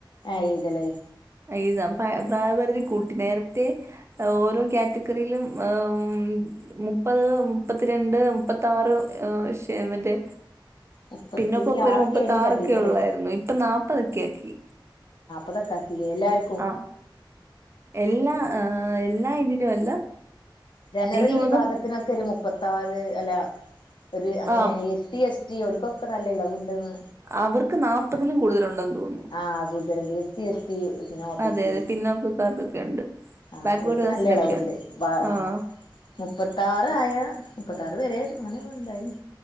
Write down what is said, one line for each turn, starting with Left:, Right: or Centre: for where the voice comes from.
Left: അയ്തലെ
Right: എഴുതാം പ്രാ പ്രായ പരുതി കൂട്ടി നേര്ത്തെ ഓരോ കാറ്റഗറിയിലും അം മുപ്പത് മുപ്പത്തിരണ്ട് മുപ്പത്താറ് വിഷയം മറ്റെ
Left: മുപ്പത്തി
Right: പിന്ന പ്പൊക്കൊരു
Left: ആറൊക്കേനി
Right: മുപ്പത്താറൊക്കെ
Left: കണ്ടീന്യല്ലേ
Right: ഉള്ളായിര്ന്നു ഇപ്പൊ നാപ്പതക്കെ ആക്കി
Left: അതക്കാക്കിലെ എല്ലാർ
Right: അ എല്ലാ എല്ലാ ഇതിലും അല്ല
Left: ജനറൽ
Right: എനിക്ക്
Left: വിഭാഗത്തിനൊക്കെ
Right: തോന്നുന്നു
Left: ഒരു മുപ്പത്താറ് അല്ല ഒരു അങ്ങനെയാണ്
Right: ആഹ്
Left: എസ് ഡി എസ് റ്റി ഓൽക്കൊക്കെ നല്ല ഇളവുണ്ടന്ന്
Right: അവർക്ക് നാല്പ്പതിലും കൂടുതലൊണ്ടെന്ന് തോന്നു
Left: ആ കൂടുതലുണ്ട് എസ് ഡി എസ് റ്റി പിന്ന ഒബിസി
Right: അതെ അതെ പിന്നോക്കക്കാർക്കൊക്കെ ഉണ്ട്
Left: ആ
Right: ബാക്ക്വേർഡ്
Left: ഓൽക്ക്
Right: കാസ്റ്റിനൊക്കെയാണ്
Left: നല്ല എളവുണ്ട് ആ
Right: ആഹ്
Left: മുപ്പത്താറ് മുപ്പതായ മുപ്പതാറ് വെരെ മന ഉണ്ടായിര്